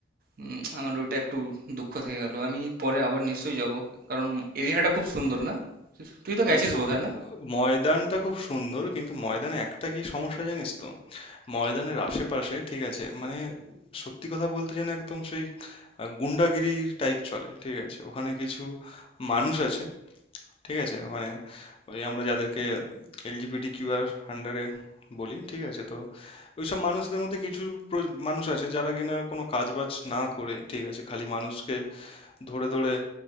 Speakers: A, on the right (about 50°); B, on the left (about 30°).
A: উম, আমার ওইটা একটু দুঃখ থেকে গেল আমি পরে আবার নিশ্চয়ই যাব কারণ এরিয়াটা খুব সুন্দর না তুই তো গেছিস
B: উম,
A: বোধহয় না
B: ময়দানটা খুব সুন্দর কিন্তু ময়দানে একটা কি সমস্যা জানিস তো ময়দানের আশেপাশে ঠিক আছে মানে সত্যি কথা বলতে যেন একদম সেই আহ, গুন্ডাগিরি টাইপ চলে ঠিক আছে ওখানে কিছু মানুষ আছে ঠিক আছে? মানে ওই আমরা যাদেরকে এলজিবিটি কিউআর আন্ডারে বলি ঠিক আছে তো ওইসব মানুষদের মধ্যে কিছু প্র- মানুষ আছে যারা কিনা কোনো কাজ বাজ না করে ঠিক আছে খালি মানুষকে ধরে ধরে